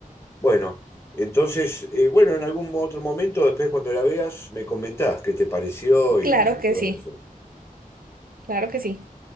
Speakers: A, on the left; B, on the right.
A: Bueno, entonces, eh, bueno, en algún otro momento, después cuando la veas, me comentás qué te pareció y
B: Claro que
A: todo
B: sí,
A: eso.
B: claro que sí.